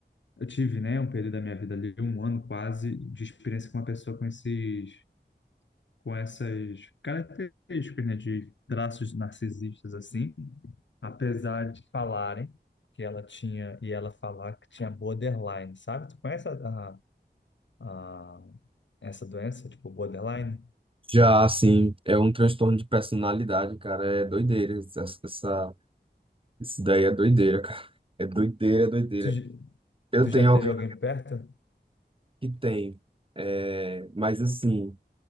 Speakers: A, on the left; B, on the right.
A: Eu tive, né, um período da minha vida ali, um ano quase, de experiência com uma pessoa com esses... com essas características, né, de traços narcisistas assim, apesar de falarem que ela tinha e ela falar que tinha borderline, sabe? Tu conhece a, a- a- essa doença, tipo borderline?
B: Já, assim, é um transtorno de personalidade, cara. É doideira. Essa, essa- isso daí é doideira, cara. É doideira, é doideira.
A: Tu, j-
B: Eu
A: tu
B: tenho
A: já teve
B: alguém
A: alguém perto?
B: que tem, é, mas assim,